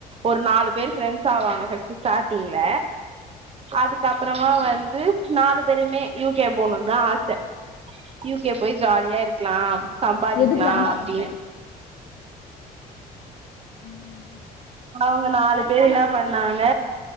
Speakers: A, on the right; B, on the left.
A: ஒரு நாலு பேர் ஃப்ரெண்ட்ஸ் ஆவாங்க ஸ்டாட்டிங்ள அதுக்கப்புறமா வந்து நாலு பேருமே யூகே போகணுனு தா ஆச யூ கே போய் ஜாலியா இருக்கலா சம்பாதிக்கலா
B: எதுக்கு ஆஃப்
A: அப்படின்னு
B: பண்ற <inaudible>
A: அவங்க நாலு பேர் என்ன பண்ணாங்க